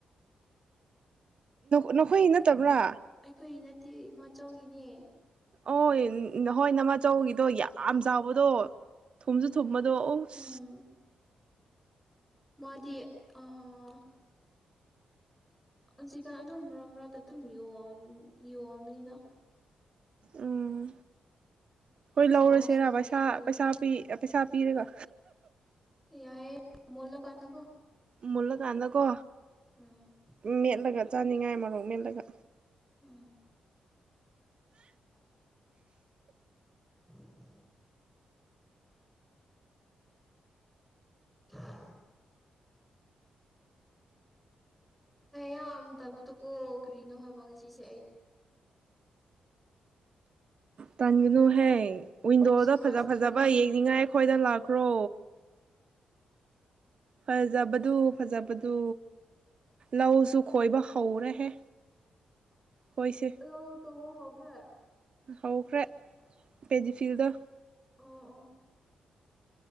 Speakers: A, on the right; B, in the centre.
A: ꯅꯈꯣꯏ ꯅꯠꯇꯕ꯭ꯔꯥ
B: ꯑꯩꯈꯣꯏ ꯅꯠꯇꯤꯌꯦ ꯏꯃꯥꯆꯧꯒꯤꯅꯦ
A: ꯍꯣꯏ ꯅ ꯍꯣꯏ ꯅꯃꯥꯆꯧꯕꯒꯤꯗꯣ ꯌꯥꯝ ꯆꯥꯎꯕꯗꯣ ꯊꯨꯝꯁꯨ
B: ꯎꯝ
A: ꯊꯨꯝꯕꯗꯣ ꯑꯧꯁ
B: ꯎꯝ ꯃꯥꯗꯤ ꯑꯥ ꯍꯧꯖꯤꯛꯀꯥꯟ ꯑꯗꯨꯝ ꯃꯔꯛ ꯃꯔꯛꯇ ꯑꯗꯨꯝ ꯌꯣꯟ ꯌꯣꯟꯕꯅꯤꯅ
A: ꯎꯝ ꯍꯣꯏ ꯂꯧꯔꯁꯦꯔꯥ
B: ꯆꯥꯕꯁꯨ ꯉꯝꯗꯕꯒꯤ
A: ꯄꯩꯁꯥ ꯄꯩꯁꯥ ꯄꯤ ꯄꯩꯁꯥ ꯄꯤꯔꯒ
B: ꯌꯥꯏ ꯃꯨꯜꯂ ꯀꯥꯟꯗꯀꯣ
A: ꯃꯨꯜꯂ ꯀꯥꯟꯗꯀꯣ
B: ꯎꯝ
A: ꯃꯦꯠꯂꯒ ꯆꯥꯅꯤꯡꯉꯥꯏ ꯃ ꯃꯣꯔꯣꯛ ꯃꯦꯠꯂꯒ
B: ꯎꯝ <unintelligible> <unintelligible> ꯌꯥꯝ ꯇꯟꯕꯗꯣ ꯀꯣ ꯀꯔꯤꯅꯣ ꯍꯥꯏꯕ ꯉꯁꯤꯁꯦ ꯑꯩ
A: ꯇꯟꯒꯅꯨꯍꯦ ꯋꯤꯟꯗꯣꯗ
B: ꯏꯅꯔꯖꯤ ꯑꯃꯁꯨ
A: ꯐꯖ ꯐꯖꯕ
B: ꯂꯩꯇꯦꯍꯦ
A: ꯌꯦꯡꯅꯤꯡꯉꯥꯏ ꯑꯩꯈꯣꯏꯗ ꯂꯥꯛꯈ꯭ꯔꯣ ꯐꯖꯕꯗꯨ ꯐꯖꯕꯗꯨ ꯂꯧꯁꯨ ꯈꯣꯏꯕ ꯍꯧꯔꯦꯍꯦ ꯑꯩꯈꯣꯏꯁꯦ
B: ꯂꯧ ꯇꯧꯕ ꯍꯧ <unintelligible>
A: ꯍꯧꯈ꯭ꯔꯦ ꯄꯦꯖꯤ ꯐꯤꯜꯗ
B: ꯑꫭ ꯑꫭ